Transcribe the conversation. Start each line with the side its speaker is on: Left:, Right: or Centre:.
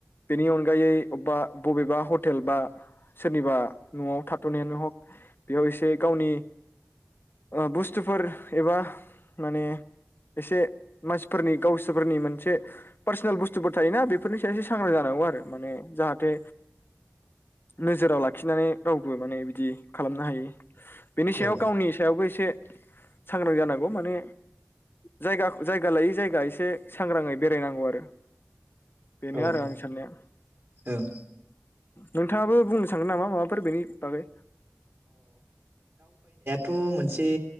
Left: बिनि उन गायै बबेबा बबेबा हटेल बा सोरनिबा न'आव थाथ'नायानो हग बेयाव एसे गावनि ओ बुस्थुफोर एबा माने एसे मानसिफोरनि गावसोरफोरनि मोनसे पार्सनेल बुस्थुफोर थायोना बेफोरनि सायाव एसे सांग्रां जानांगौ आरो माने जाहाथे नोजोराव लाखिनानै रावबो माने बिदि खालामनो हायि। बेनि सायाव
Right: औ
Left: गावनि सायावबो एसे सांग्रां जानांगौ माने जायगा जायगा लायै जायगा एसे सांग्राङै बेरायनांगौ आरो बेनि
Right: औ
Left: आरो आंनि साननाया
Right: ओं
Left: नोंथाङाबो बुंनो सानगोन नामा माबाफोर बेनि बागै?
Right: थ' मोनसे